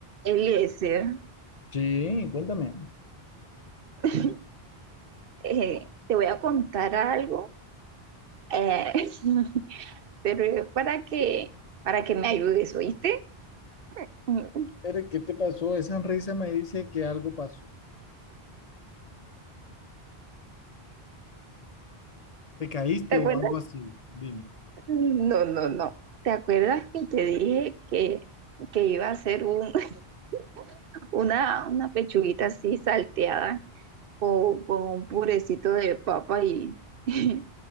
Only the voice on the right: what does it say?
Eliezer,
<laughs> eh, te voy a contar algo, eh, <laughs> pero es para que, para que me ayudes, ¿oíste? <laughs>
¿Te acuerdas?
No, no, no. ¿Te acuerdas que te dije que, que iba a hacer un, <laughs> una, una pechuguita así salteada o con un purecito de papa y, <laughs>